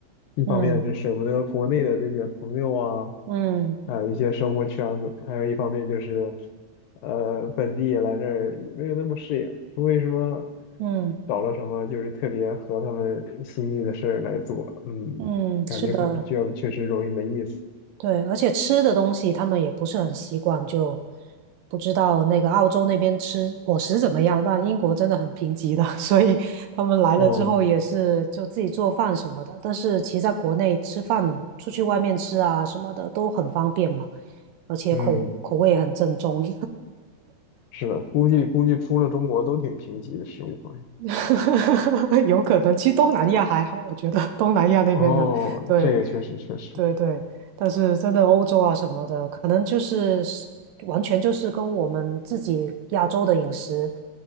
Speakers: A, on the left (about 80°); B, on the right (about 80°).
A: 一方面是舍不得国内的这些朋友啊，
B: 嗯嗯
A: 还有一些生活圈子，还有一方面就是，呃，本地来这儿也没有那么适应，除非说
B: 嗯
A: 找了什么就是特别合他们心意的事儿来做，嗯，
B: 嗯嗯，
A: 感觉可能就确实容易没意思。
B: 是的。对，而且吃的东西他们也不是很习惯，就不知道那个澳洲那边吃伙食怎么样。但英国真的很贫瘠的，<laughs> 所以他们来了之后也是就自己做饭什么的。
A: 哦，
B: 但是其实在国内吃饭，出去外面吃啊什么的都很方便嘛，而且口口味很正宗。
A: 嗯，是的，估计估计出了中国都挺贫瘠的食物方面。
B: <laughs> 有可能，其实东南亚还好，我觉得东南亚那边的，
A: 哦，
B: 对，
A: 这个确实确实
B: 对对，但是真的欧洲啊什么的，可能就是完全就是跟我们自己亚洲的饮食